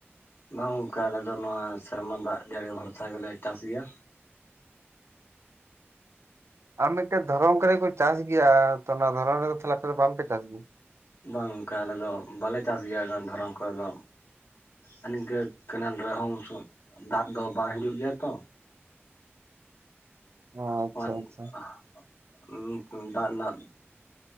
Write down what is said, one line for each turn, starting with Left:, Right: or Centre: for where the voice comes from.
Left: ᱵᱟᱝ ᱜᱚᱝᱠᱮ ᱟᱞᱮ ᱫᱚ ᱱᱚᱣᱟ ᱥᱮᱨᱢᱟ ᱫᱟᱜ ᱡᱟᱹᱲᱤ ᱵᱷᱚᱨᱥᱟ ᱜᱮᱞᱮ ᱪᱟᱥ ᱜᱮᱭᱟ
Right: ᱟᱨ ᱢᱤᱫ ᱴᱮᱡ ᱫᱷᱚᱨᱚᱱ ᱠᱚᱨᱮ ᱠᱚ ᱪᱟᱥ ᱜᱮᱭᱟ ᱛᱚ ᱱᱚᱣᱟ ᱫᱷᱚᱨᱚᱱ ᱨᱮᱫᱚ ᱛᱟᱦᱚᱞᱮ ᱟᱯᱮ ᱫᱚ ᱵᱟᱝ ᱯᱮ ᱪᱟᱥ ᱜᱮᱭᱟ
Left: ᱵᱟᱝ ᱜᱚᱝᱠᱮ ᱟᱞᱮ ᱫᱚ ᱵᱟᱞᱮ ᱪᱟᱥ ᱜᱮᱭᱟ ᱫᱷᱚᱨᱚᱱ ᱠᱚᱨᱮ ᱫᱚ ᱟᱨ ᱱᱤᱝᱠᱟᱹ ᱠᱮᱱᱮᱞ ᱨᱮᱦᱚᱸ ᱩᱱᱥᱩ ᱫᱟᱜ ᱫᱚ ᱵᱟᱝ ᱦᱤᱡᱩᱜ ᱜᱮᱭᱟ ᱛᱚ
Right: ᱚ ᱟᱪᱪᱷᱟ
Left: <unintelligible>
Right: ᱟᱪᱪᱷᱟ
Left: ᱫᱟᱜ ᱨᱮᱱᱟᱜ